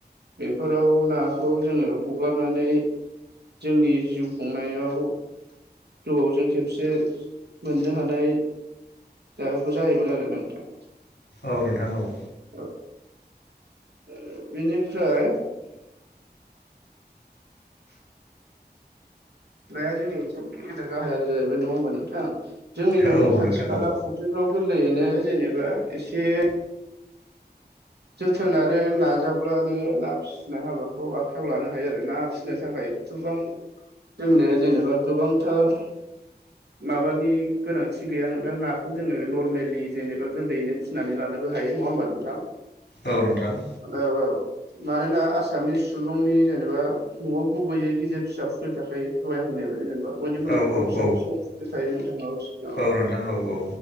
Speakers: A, on the right; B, on the left.
A: बेफोराव नाखौ जोङो हगारनानै जोंनि जिउ खुंनायाव गोबावजों खेबसे मोननो हानाय। जायोमोन आरो नोंथां
B: औ नोंथां औ।
A: औ ओ बेनिफ्राय। <inaudible> नाया जोंनि मोनसे गेदेर गाहाय आरो जाहैबाय नङा होमबा नोंथां जोंनि
B: औ
A: न'नि खाथि
B: नोंथां
A: खाला
B: औ
A: फु खाफ्राव गोरलैयैनो जेनेबा एसे जोथोन आरो नाजाब्लानो ना फि फिसिनाय हाबाखौ आखाइायाव लानो हायो आरो ना फिसिनो थाखाय गोबां। जोंनि जेनेबा गोबांथार। माबानि गोनांथि गैया नोंथां नाखौ जोङो नर्मेलि जेनेबा गोरलैयैनो। फिनानै लानोबो हायो नङा होमबा नोंथां।
B: औ नोंथां।
A: औ-औ मानोना आसामनि सुबुंनि जेनेबा। न'आव गुबैयै गेजेर फिसा फुख्रि थाखायो दहाय आं होननाय बायदि जेनेबा बयनिबो
B: औ
A: न'खराव फिसा
B: औ
A: फिसौ। थायो नोंथां औ औ
B: नोंथां औ औ